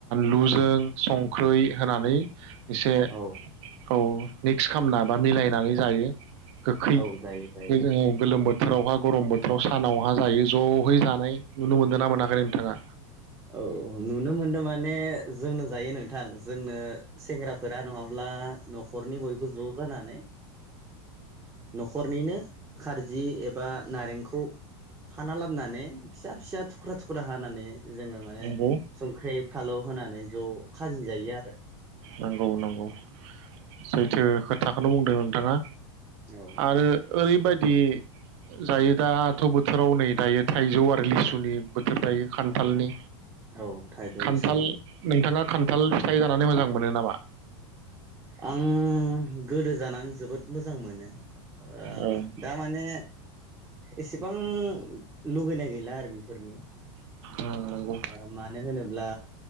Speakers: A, on the right; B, on the right.
A: लुजों संख्रै होनानै एसे
B: औ
A: औ मिक्स खालामना बा मिलायनानै जायो। गोखै
B: औ जायो जायो
A: बै जोङो गोलोम बो फोरावहा गरम बोथोराव सानावहा जायो जहैनानै नुनो मोनदों ना मोनाखै नोंथाङा?
B: औ नुनो मोनदों माने जोंनो जायो नो थां जोंनो सेंग्राफोरा नङा अब्ला नखरनि बयबो ज जानानै नखरनिनो खारजि एबा नारेंखौ खाना लाबनाने फिसा फिसा थुख्रा थुख्रा हानानै जोङो माने
A: नंगौ
B: संख्रि फालौ होनानै ज खाजि जायो आरो।
A: नागौ नागौ सैथो खो थाखौनो बुंदों नोंथाङा।
B: औ
A: आरो ओरैबाय दि जायो दाथ बोथोराव नै दायो थाइजौ आरो लिसुनि बोथोर दायो खान्थालनि।
B: औ थाइजौ
A: खान्थाल
B: लिसु
A: नोंथाङा खान्थाल थाइ जानानै मोजां मोन मोनो नामा
B: आं गोदो जानानै जोबोद मोजां मोनो ओ
A: औ
B: ब दा माने एसेबां लुगैनाय गैला आरो बेफोरनि
A: नंगौ
B: ओ मानो होनोब्ला